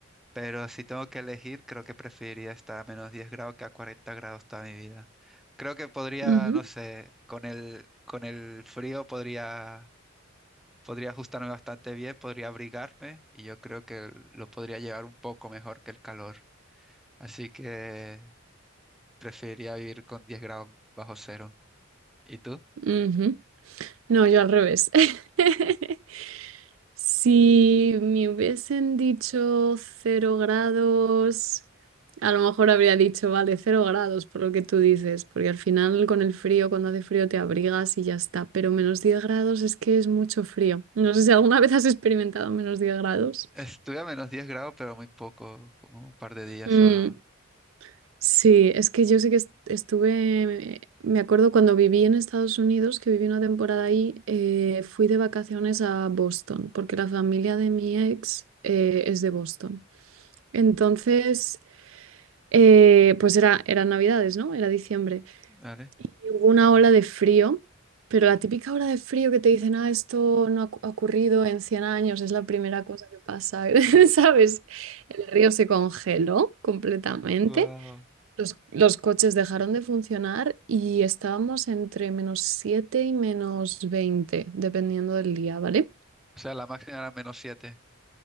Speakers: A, in the centre; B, on the right (about 70°).
A: Pero si tengo que elegir, creo que preferiría estar a menos 10 grados que a 40 grados toda mi vida. Creo que podría,
B: ujú,
A: no sé, con el, con el frío podría, podría ajustarme bastante bien, podría abrigarme y yo creo que lo podría llevar un poco mejor que el calor. Así que preferiría vivir con 10 grados bajo cero. ¿Y tú?
B: ujú. No, yo al revés. <laughs> Si me hubiesen dicho cero grados, a lo mejor habría dicho, vale, cero grados, por lo que tú dices, porque al final con el frío, cuando hace frío te abrigas y ya está, pero menos 10 grados es que es mucho frío. No sé si alguna <laughs> vez has experimentado menos 10 grados.
A: Estuve a menos 10 grados, pero muy poco, como un par de días
B: Mm.
A: solo,
B: Sí, es que yo sé que est- estuve, me acuerdo cuando viví en Estados Unidos, que viví una temporada ahí, eh, fui de vacaciones a Boston, porque la familia de mi ex eh, es de Boston. Entonces, eh, pues era, eran Navidades, ¿no? Era diciembre.
A: ¿vale?
B: Y hubo una ola de frío, pero la típica ola de frío que te dicen, ah, esto no ha cu- ha ocurrido en 100 años, es la primera cosa que pasa, <laughs> ¿sabes? El río se congeló completamente.
A: Wow.
B: Los, los coches dejaron de funcionar y estábamos entre menos 7 y menos 20 dependiendo del día, ¿vale?
A: O sea, la máxima era menos 7.